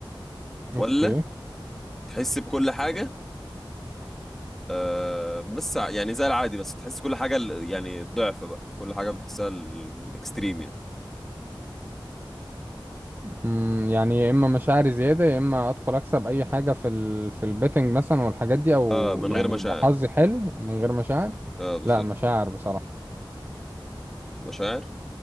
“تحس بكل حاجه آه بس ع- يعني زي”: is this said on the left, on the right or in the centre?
Centre